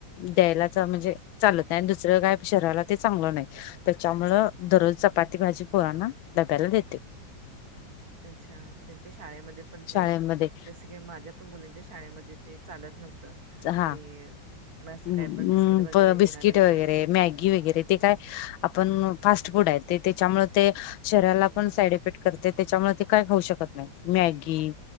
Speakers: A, on the left; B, on the right.
A: द्यालाचा म्हणजे चालत नाही आणि दुसरं काय शहराला ते चांगलं नाही त्याच्यामुळ दररोज चपाती भाजी पोरांना डब्याला देते
B: अच्छा त्यांच्या शाळेमध्ये पण ते
A: शाळेमध्ये
B: जस माझ्या पण मुलांच्या शाळेमध्ये ते चालत नव्हतं
A: हा
B: की मग असं
A: बिस्किट
B: काय पण वगैरे घेऊन आलेलं
A: वगैरे मॅगी वगैरे ते काय आपण फास्ट फूड आहे ते त्याच्यामुळे ते शरीला पण साईड इफेक्ट करते त्याच्यामुळे नाही